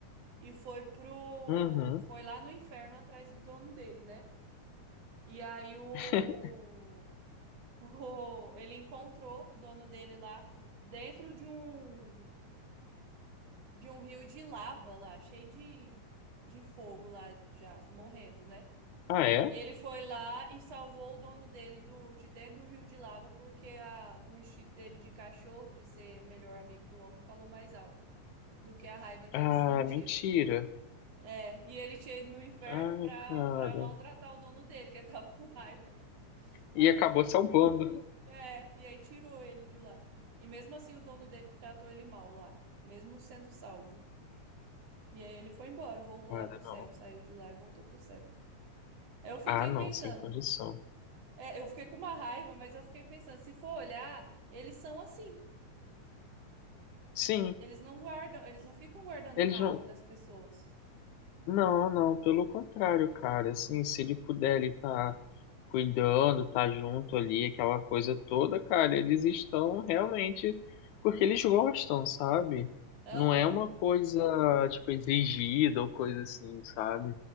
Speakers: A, on the right (about 55°); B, on the left (about 80°).
A: E foi pro,
B: Uhum.
A: foi lá no inferno atrás do dono dele, né? E aí o
B: <laughs>
A: O- ele encontrou o dono dele lá dentro de um de um rio de lava lá, cheio de, de fogo lá, já morrendo, né?
B: Ah, é?
A: Ele foi lá e salvou o dono dele do, de dentro do rio de lava, porque a, o instinto dele de cachorro, de ser melhor amigo do homem, falou mais alto do que a raiva que ele
B: Ah,
A: sentia.
B: mentira.
A: É, e ele tinha ido no inferno
B: Ai,
A: pra,
B: cara.
A: pra maltratar o dono dele, que ele tava com raiva. <laughs> Aí
B: E acabou salvando.
A: É, e aí tirou ele de lá. E mesmo assim o dono dele tratou ele mal lá, mesmo sendo salvo. E aí ele foi embora, voltou
B: Cara,
A: lá pro céu,
B: não.
A: saiu de lá e voltou pro céu. Eu fiquei
B: Ah, não,
A: pensando,
B: sem condição.
A: é, eu fiquei com uma raiva, mas eu fiquei pensando, se for olhar, eles são assim.
B: Sim,
A: Eles não guardam, eles não ficam guardando
B: eles
A: mágoa
B: não.
A: das pessoas.
B: Não, não, pelo contrário, cara. Assim, se ele puder, ele tá. cuidando, tá junto ali, aquela coisa toda, cara, eles estão realmente porque eles gostam, sabe?
A: Aham.
B: Não é uma coisa, tipo, exigida ou coisa assim, sabe?